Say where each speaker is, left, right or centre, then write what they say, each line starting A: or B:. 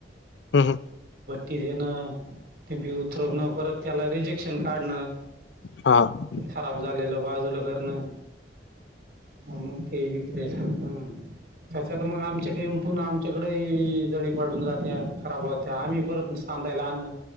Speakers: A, on the left (about 80°); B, on the right (about 60°).
A: हं, हं.
B: िझ ना त बथर. परत त्याला रिजेक्शन काढणं
A: हां.
B: खराब झालेलं बाजूला करणं. मग ते विक्रल हम कत मग आमच्या काही उ आम आच्याकडे जळी पाडून जात्या खराब होत्या आम्ही परत सांताायला अ्